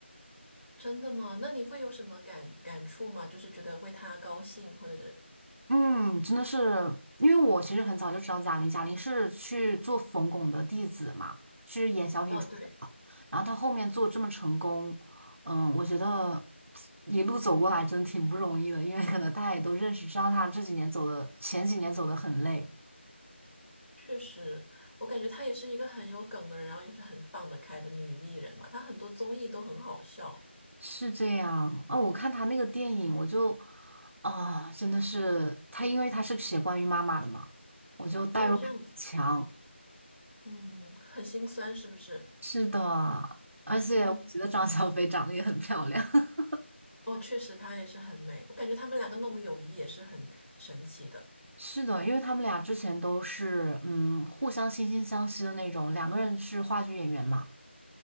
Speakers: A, on the left (about 80°); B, on the right (about 70°).
A: 真的吗？那你会有什么感感触吗？就是觉得为她高兴，或者是
B: 嗯，真的是，因为我其实很早就知道贾玲，贾玲是去做冯巩的弟子嘛，是演小品出身的，
A: 哦，对，
B: 然后她后面做这么成功，嗯，我觉得一路走过来真的挺不容易的，因为可能大家也都认识，知道她这几年走的，前几年走的很累。
A: 确实，我感觉她也是一个很有梗的人，然后也是很放得开的女艺人嘛，她很多综艺都很好笑。
B: 是这样哦，我看他那个电影，我就啊、真的是他，因为他是写关于妈妈的嘛，我就代入感很强。
A: 哦，这样子，嗯，很心酸是不是？
B: 是的，而且我觉得张小斐长得也很漂亮。
A: 嗯，
B: <laughs>
A: 哦，确实她也是很美，我感觉他们两个那种友谊也是很神奇的。
B: 是的，因为他们俩之前都是嗯互相惺惺相惜的那种，两个人是话剧演员嘛，